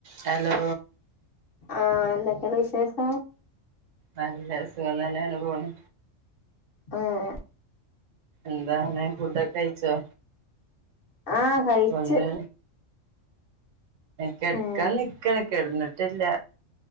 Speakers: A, on the right (about 70°); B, on the left (about 50°).
A: Hello
B: ആഹ എന്തൊക്കെയാണ് വിശേഷം
A: നല്ല സുഖം തന്നെയാണ് പോണ്
B: ആഹ
A: എന്താാണ് ഫുഡൊക്കെ കയിിച്ചോ
B: ആഹ് കഴിച്ച്
A: ഒന്ന് കിടക്കാൻ
B: ഏഹ്
A: നിക്കണ കിടന്നിട്ടില്ല